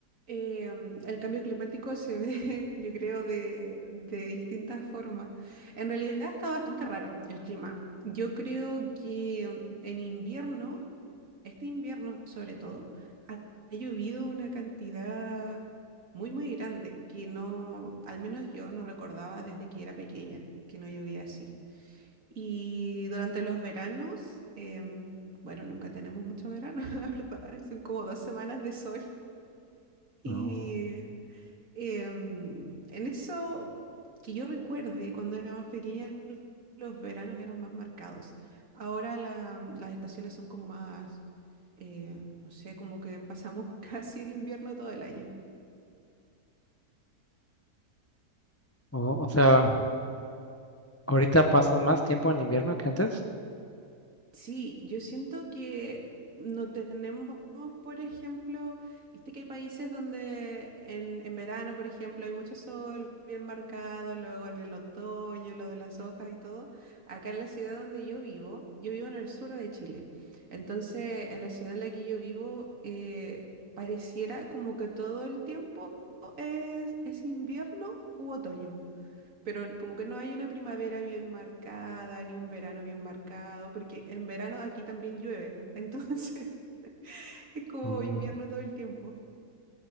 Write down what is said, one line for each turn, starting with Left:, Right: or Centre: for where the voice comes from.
Right: em, el cambio climático se ve, <laughs> yo creo, de, de distintas formas. En realidad está bastante raro el clima. Yo creo que en invierno, este invierno sobre todo, ha, ha llovido una cantidad muy, muy grande que no, al menos yo no recordaba desde que era pequeña, que no llovía así. Y durante los veranos, em, bueno, nunca tenemos mucho verano, <laughs> la verdad, son como dos semanas de sol. Y
Left: oh,
Right: em, en eso que yo recuerde, cuando era más pequeña, los veranos eran más marcados. Ahora la- las estaciones son como más, eh, no sé, como que pasamos <laughs> casi en invierno todo el año.
Left: oh, o sea, ahorita pasan más tiempo en invierno que antes.
Right: Sí, yo siento que no tenemos, por ejemplo, viste que hay países donde en, en verano, por ejemplo, hay mucho sol bien marcado, luego en el otoño, lo de las hojas y todo. Acá en la ciudad donde yo vivo, yo vivo en el sur de Chile. Entonces, en la ciudad en la que yo vivo, eh, pareciera como que todo el tiempo es, es invierno u otoño pero como que no hay una primavera bien marcada, ni un verano bien marcado, porque en verano aquí también llueve, entonces <laughs> es como
Left: Oh,
Right: invierno todo el tiempo.